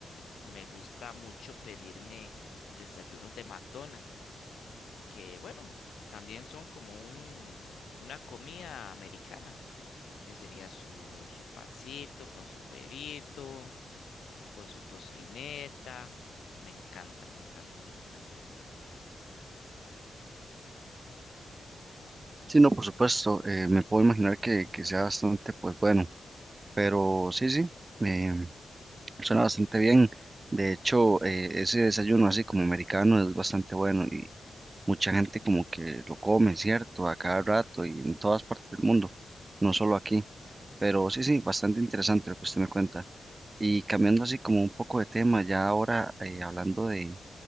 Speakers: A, on the left; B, on the right.
A: me gusta mucho pedirme desayunos de McDonald's, que bueno, también son como un, una comida americana, que sería su, su pancito con su huevito, con su tocineta. Me encanta, me encanta, me encanta.
B: Sí, no, por supuesto, eh, me puedo imaginar que, que sea bastante, pues bueno, pero sí, sí, eh, suena bastante bien. De hecho, eh, ese desayuno así como americano es bastante bueno y mucha gente como que lo come, ¿cierto? A cada rato y en todas partes del mundo, no solo aquí. Pero sí, sí, bastante interesante lo que usted me cuenta. Y cambiando así como un poco de tema, ya ahora eh, hablando de